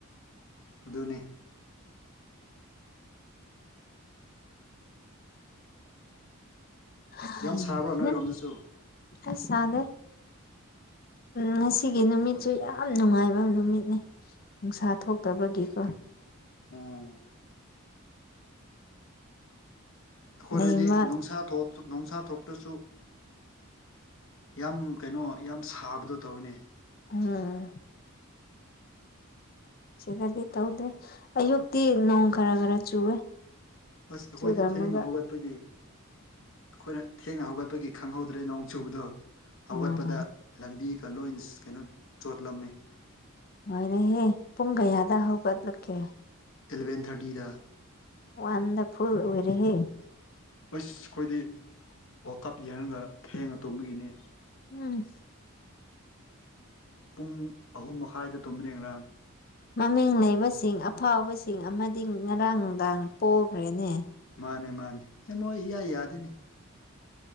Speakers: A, on the left; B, on the left.
A: ꯑꯗꯨꯅꯦ
B: <unintelligible>
A: ꯌꯥꯝ ꯁꯥꯕ꯭ꯔꯣ ꯅꯣꯏꯔꯣꯝꯗꯁꯨ
B: ꯑꯁ ꯁꯥꯗꯦ ꯉꯁꯤꯒꯤ ꯅꯨꯃꯤꯠꯁꯨ ꯌꯥꯝ ꯅꯨꯡꯉꯥꯏꯕ ꯅꯨꯃꯤꯠꯅꯤ ꯅꯨꯡꯁꯥ ꯊꯣꯛꯇꯕꯒꯤꯀꯣ
A: ꯎꯝ ꯑꯩꯈꯣꯏꯗꯗꯤ
B: ꯂꯩꯃ
A: ꯅꯨꯡꯁꯥ ꯊꯣꯛ ꯅꯨꯡꯁꯥ ꯊꯣꯛꯇ꯭ꯔꯁꯨ ꯌꯥꯝ ꯀꯩꯅꯣ ꯌꯥꯝ ꯁꯥꯕꯗꯣ ꯇꯧꯋꯤꯅꯦ
B: ꯎꯝ ꯑꯣ ꯁꯤꯗꯗꯤ ꯇꯧꯗꯦ ꯑꯌꯨꯛꯇꯤ ꯅꯣꯡ ꯈꯔ ꯈꯔ ꯆꯨꯋꯦ
A: ꯑꯁ ꯑꯩꯈꯣꯏꯗꯤ
B: ꯆꯨꯔꯝꯃꯒ
A: ꯊꯦꯡꯅ ꯍꯧꯒꯠꯄꯒꯤ ꯑꯩꯈꯣꯏꯅ ꯊꯦꯡꯅ ꯍꯧꯒꯠꯄꯒꯤ ꯈꯪꯍꯧꯗ ꯗ꯭ꯔꯦ ꯅꯣꯡ ꯆꯨꯕꯗꯣ ꯍꯧꯒꯠꯄꯗ
B: ꯎꯝ
A: ꯂꯝꯕꯤ ꯒꯂꯣꯏꯅ ꯀꯩꯅꯣ ꯆꯣꯠꯂꯝꯃꯦ
B: ꯂꯣꯏꯔꯦꯍꯦ ꯄꯨꯡ ꯀꯌꯥꯗ ꯍꯧꯒꯠ ꯂꯛꯀꯦ
A: ꯑꯦꯂꯚꯦꯟ ꯊꯥꯔꯇꯤꯗ
B: ꯋꯥꯟꯗ ꯐꯨꯜ ꯑꯣꯏꯔꯦꯍꯦ
A: ꯑꯁ ꯑꯩꯈꯣꯏꯗꯤ ꯋꯥꯔꯜ ꯀꯞ ꯌꯦꯡꯔꯒ ꯊꯦꯡꯅ ꯇꯨꯝꯕꯒꯤꯅꯤ
B: ꯎꯝ
A: ꯄꯨꯡ ꯑꯍꯨꯝ ꯃꯈꯥꯏꯗ ꯇꯨꯝꯕꯅꯦ ꯉꯔꯥꯡ
B: ꯃꯃꯤꯡ ꯂꯩꯕꯁꯤꯡ ꯑꯐꯥꯎꯕꯁꯤꯡ ꯑꯃꯗꯤ ꯉꯔꯥꯡ ꯅꯨꯡꯗꯥꯡ ꯄꯣꯈ꯭ꯔꯦꯅꯦ
A: ꯃꯥꯅꯦ ꯃꯥꯅꯦ ꯃꯣꯏ ꯏꯌꯥ ꯌꯥꯗꯦꯅꯦ